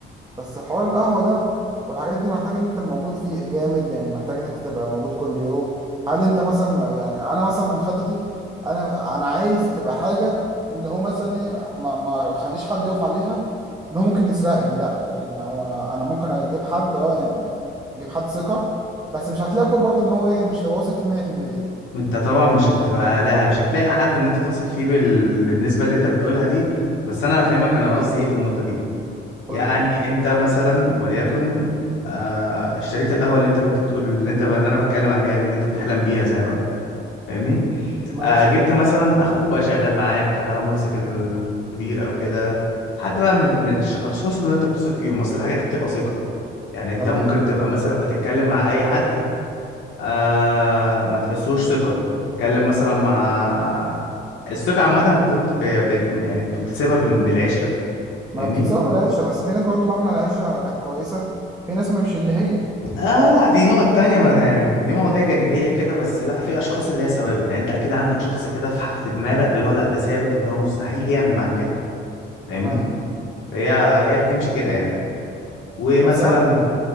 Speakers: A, on the right; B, on the left.
A: بس حوار القهوة ده والحاجات دي محتاج ان انت تبقى موجود فيه جامد يعني محتاج ان انت تبقى موجود كل يوم هل انت مثلا يعني انا مثلا من خططي انا انا عايز تبقى حاجة اللي هو مثلا ايه ما ما اخليش حد يقف عليها ان هو ممكن يسرقني لا يعني هو انا ممكن اجيب حد اه يعني اجيب حد ثقة بس مش هتلاقي كل برضه ان هو ايه مش تبقى واثق فيه 100%
B: انت طبعا مش هتبقى لا مش هتلاقي حد ان انت تثق فيه بال... بالنسبة اللي انت بتقولها دي بس انا هفهمك انا قصدي ايه في النقطة دي
A: قول
B: يعني انت مثلا وليكن آه اشتريت القهوة اللي انت كنت بتقول اللي انت اللي انا بتكلم عليها دي اللي انت بتحلم بيها زي ما فاهمني
A: ماشي
B: آه، جبت
A: قول
B: مثلا اخوك بقى شغال معاك آه، ممسك المدير او كده حد بقى من من الاشخاص اللي انت بتثق فيهم اصل الحاجات دي بتبقى ثقه يعني انت
A: تمام
B: ممكن تبقى مثلا بتتكلم مع اي حد آه ما تحسوش ثقه تتكلم مثلا مع الثقه عامه بتط... ب... بت... يعني بتكتسبها بال... بالعشره
A: ما
B: فاهمني
A: بتتسوى بالعيشة بس في ناس برضه مهما العيشة كانت كويسة في ناس مش اللي هي
B: اه
A: ب-
B: لا دي نقط تانية ما يعني دي مواضيع جانبية كده بس لا في اشخاص اللي هي ثوابت يعني انت اكيد عندك شخص كده في في دماغك اللي هو لا ده ثابت اللي هو مستحيل يعمل معاك كده فاهمني
A: تمام
B: هي هي بتمشي كده يعني ومثلا
A: بس اه